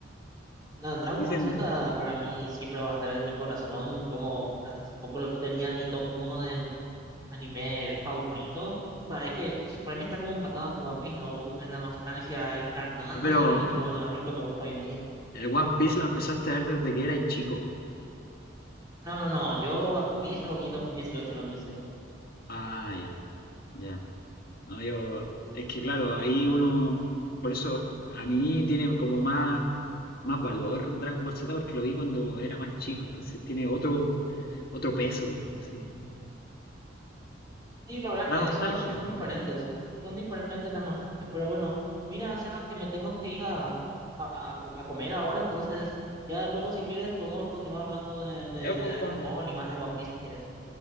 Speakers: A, on the right; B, on the left.
A: No, Dragon
B: Dicen,
A: Ball Z para mí siempre va a estar en mi corazón, como hasta hace poco lo tenía en mi top uno de anime favorito. O sea, es que es- para mí está como empatado con One Piece, ¿no? Uno es la nostalgia encarnada
B: ah, pero
A: y el otro, bueno, es lo que me gusta hoy en día.
B: el One Piece lo empezaste a ver desde que eras chico.
A: No, no, no, yo One Piece lo vi en 2018, lo empecé.
B: Ah, ya, ya. No, yo, es que claro, ahí uno, por eso a mí tiene como más, más valor Dragon Ball Z porque lo vi cuando era más chico, entonces tiene otro, otro peso, como así.
A: Sí, la verdad
B: Da
A: que
B: nostalgia.
A: son, son diferentes, son diferentes las nostalgias, pero bueno, mira, Sebas, que me tengo que ir a, a, co- a comer ahora, entonces ya luego si quieres podemos continuar hablando de, de,
B: Ya, pues,
A: de Dragon
B: Juan,
A: Ball y más de One Piece si quieres.